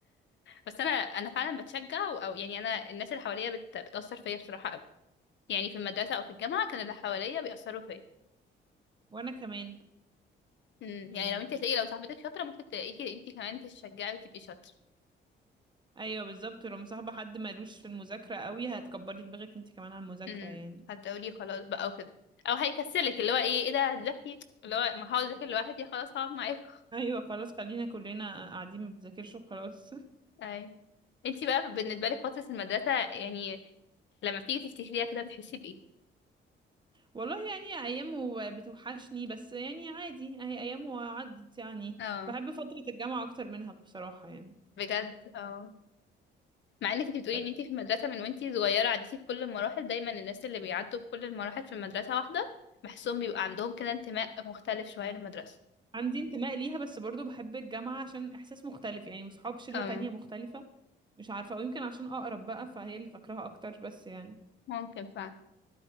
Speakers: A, on the left; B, on the right.
A: بس انا انا فعلا بتشجع و- او يعني انا الناس اللي حواليا بت... بتاثر فيا بصراحه قوي يعني في المدرسه او في الجامعه كان اللي حواليا بيأثروا فيا
B: وانا كمان
A: امم
B: يعني
A: يعني لو انت تلاقي لو صاحبتك شاطره ممكن تلاقيكي انت كمان تشجعي وتبقي شاطره
B: ايوه بالظبط لو مصاحبة حد مالوش في المذاكرة قوي هتكبري دماغك انت كمان على المذاكرة
A: امم
B: يعني
A: هتقولي خلاص بقى وكده او هيكسلك اللي هو ايه ايه ده هتذاكري اللي هو ما هقعد اذاكر لوحدي خلاص هقعد معاكم
B: ايوه خلاص خلينا كلنا قاعدين ما بنذاكرش وخلاص
A: اي انت بقى بالنسبه لك فتره المدرسه يعني لما بتيجي تفتكريها كده بتحسي بايه
B: والله يعني ايامه بتوحشني بس يعني عادي اهي ايامه عدت يعني
A: اه
B: بحب فترة الجامعة اكتر منها بصراحة يعني
A: بجد اه مع انك انت بتقولي
B: بس
A: ان انت في المدرسه من وانت صغيره عديتي في كل المراحل دايما الناس اللي بيعدوا بكل المراحل في المدرسه واحده بحسهم بيبقى عندهم كده انتماء مختلف شويه للمدرسه
B: عندي انتماء ليها بس برضو بحب الجامعة عشان احساس مختلف يعني وصحاب شلة
A: أم
B: تانية مختلفة مش عارفة او يمكن عشان اقرب بقى فهي اللي فاكراها اكتر بس يعني
A: ممكن فعلا